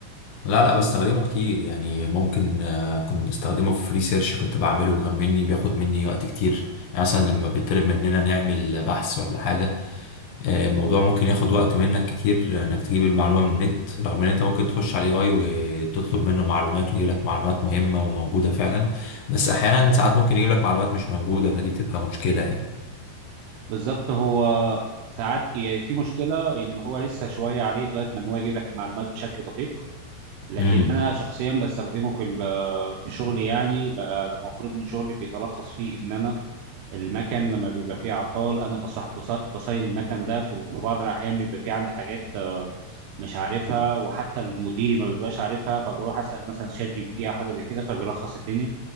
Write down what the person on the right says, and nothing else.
بالظبط هو ساعات يعني في مشكلة ان هو لسه شوية عليه لغاية ما ان هو يجيب لك المعلومات بشكل دقيق لكن
انا شخصيا بستخدمه في ال- آه، في شغلي يعني لا- أنا المفروض ان شغلي بيتلخص فيه ان انا المكن لما بيبقى فيه اعطال انا بصح بص- بصين المكن ده في في بعض الاحيان بيبقى فيه عندي حاجات مش عارفها وحتى المديري ما بيبقاش عارفها فبروح اسال مثلا شات جي بي تي او حاجه زي كده فبيلخص الدنيا